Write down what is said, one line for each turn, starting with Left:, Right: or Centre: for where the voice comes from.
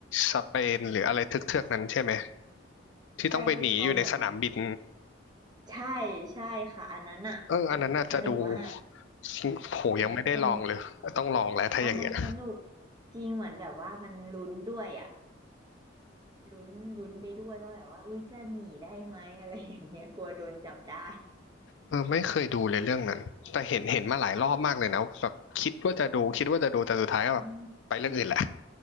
Left: สเปนหรืออะไรเทือกๆนั้นใช่ไหมที่ต้องไปหนีอยู่ในสนามบิน
Right: ใช่ที่เขาเหมือนใช่ใช่ค่ะอันนั้นอ่ะตึงสนุกมาก
Left: เอออันนั้นน่าจะดู <laughs> โหยังไม่ได้ลองเลยต้องลองแล้วถ้าอย่างเงี้ย
Right: อันนั้นสนุกอันนั้นสนุกจริงเหมือนแบบว่ามันลุ้นด้วยอ่ะลุ้นลุ้นไปด้วยว่าแบบว่าอุ้ยจะหนีได้ไหมอะไรอย่างเงี้ยกลัวโดนจับได้
Left: เออไม่เคยดูเลยเรื่องนั้นแต่เห็นเห็นมาหลายรอบมากเลยนะแบบคิดว่าจะดูคิดว่าจะดูแต่สุดท้ายก็แบบไปเรื่องอื่นแหละ
Right: ค่ะอืม